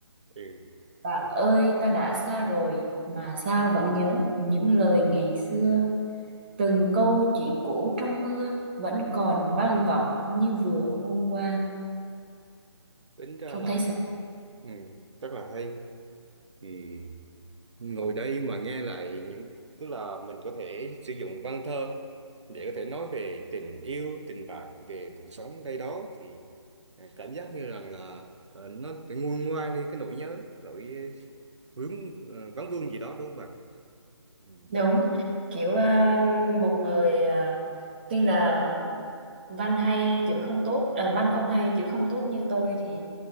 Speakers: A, on the right (about 75°); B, on the right (about 20°).
A: Ừ.
B: bạn ơi ta đã xa rồi mà sao vẫn nhớ những lời ngày xưa từng câu chuyện cũ trong mưa vẫn còn vang vọng như vừa hôm qua
A: tính ra
B: ông
A: là
B: thấy
A: ừ, rất là hay thì ngồi đây mà nghe lại những tức là mình có thể sử dụng văn thơ để có thể nói về tình yêu tình bạn về cuộc sống đây đó thì ờ, cảm giác như rằng là ờ, nó nguôi ngoai đi cái nỗi nhớ nỗi vướng ờ, vắng vương gì đó đúng không ạ Ừ.
B: Đúng, kiểu ờ, một người ờ, tuy là văn hay chữ không tốt, à, văn không hay chữ không tốt như tôi thì